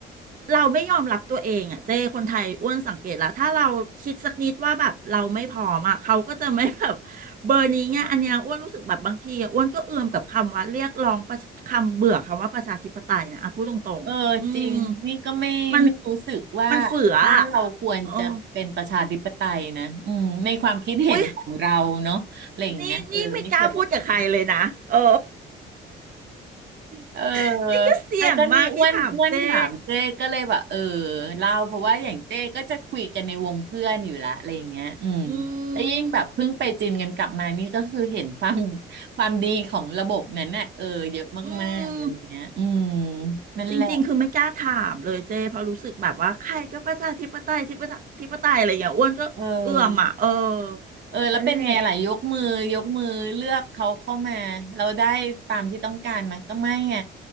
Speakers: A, on the right (about 45°); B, on the right (about 60°).
A: เราไม่ยอมรับตัวเองอ่ะเจ้คนไทยอ้วนสังเกตแล้วถ้าเราคิดสักนิดว่าแบบเราไม่พร้อมอ่ะเขาก็จะไม่แบบเบอร์นี้ไงอันเนี้ยอ้วนรู้สึกแบบบางทีอะอ้วนก็เอื่อมกับคำว่าเรียกร้องประชาคำเบื่อคำว่าประชาธิปไตยนะอ่ะพูดตรงๆอืม
B: เออจริงนี่ก็ไม่ไม่รู้สึกว่า
A: มันมันเฟืออ่ะ
B: บ้านเราควรจะเป็นประชาธิปไตยนะอืมในความคิดเห็นของเราเนาะอะไรอย่างเงี้ยเออไม่เกี่ยวกับใคร
A: เอออุ๊ยนี่นี่ไม่กล้าพูดกับใครเลยนะเออ
B: เออ
A: <laughs> นี่ก็เสี่ยงมากที่ถามเจ้
B: อ่ะก็นี่อ้วนอ้วนถามเจ้ก็เลยแบบเออเล่าเพราะว่าอย่างเจ้ก็จะคุยกันในวงเพื่อนอยู่ละอะไรอย่างเงี้ยอืม
A: อื
B: แล้วยิ่งแบบเพิ่งไปจีนกันกลับมานี่ก็คือเห็นความ
A: ม
B: ความดีของระบบนั้นน่ะเออเยอะมากๆอะไรอย่างเงี้ยอืม
A: อืม
B: นั่นแหละ
A: จริงๆคือไม่กล้าถามเลยเจ้เพราะรู้สึกแบบว่าใครก็ประชาธิปไตยที่ประชาธิปไตยอะไรอย่างเงี้ยอ้วนก็เอื้อมอ่ะเออ
B: เออ เออแล้วเป็นไงล่ะยกมือยกมือเลือกเขาเข้ามาเราได้ตามที่ต้องการไหมาก็ไม่ไง
A: นั่นแหละ